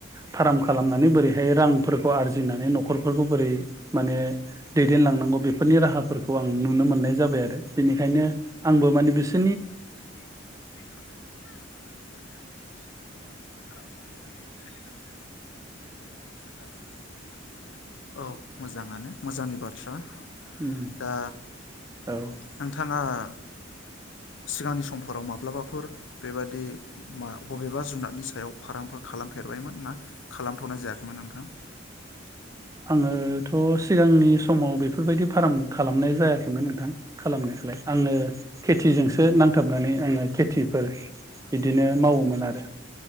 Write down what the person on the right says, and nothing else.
फाराम खालामनानै बोरैहाय रांफोरखौ आरजिनानै न' खरफोरखौ बोरै माने दैदेनलांनांगौ बेफोरनि राहाफोरखौ आं नुनो मोननाय जाबाय आरो बिनिखायनो आंबो माने बिस
उम
औ
आङोथ' सिगांनि समाव बेफोरबायदि फार्म खालामनाय जायाखैमोन नोंथां खालामनायालाय आंनो खेथिजोंसो नांथाबनानै आङो खेथिफोर बिदिनो मावोमोन आर